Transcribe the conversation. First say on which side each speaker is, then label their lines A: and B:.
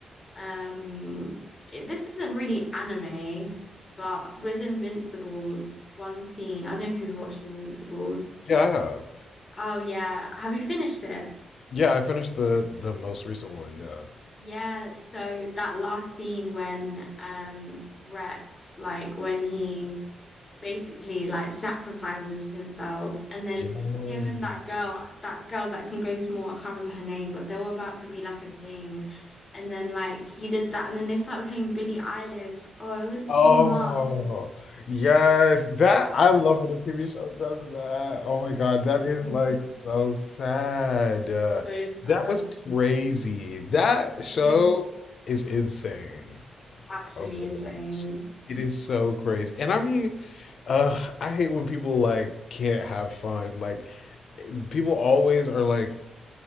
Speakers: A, on the left (about 40°); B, on the left (about 60°).
A: um, it- this isn't really anime, but with Invincibles, one scene, I don't know if you've watched Invincibles.
B: yeah, I have.
A: Oh yeah. Have you finished it?
B: Yeah, I finished the the most recent one. Yeah.
A: Yeah, so that last scene when um Rex, like when he basically like sacrifices himself and then
B: Yes.
A: him and that girl that girl that can go small I can't remember her name but they were about to be like a thing and then like he did that and then they started playing Billie Eilish oh it was too
B: Oh,
A: much
B: yes.
A: it was too
B: That
A: much
B: I love
A: <laughs>
B: when a TV show does that. Oh my God, that is
A: Mm,
B: like so sad. Uh,
A: it was so sad
B: that was crazy. That
A: Mm,
B: show is insane.
A: absolutely
B: Oh my
A: insane
B: gosh. It is so crazy. And I mean, uh, I hate when people like can't have fun. Like eh, people always are like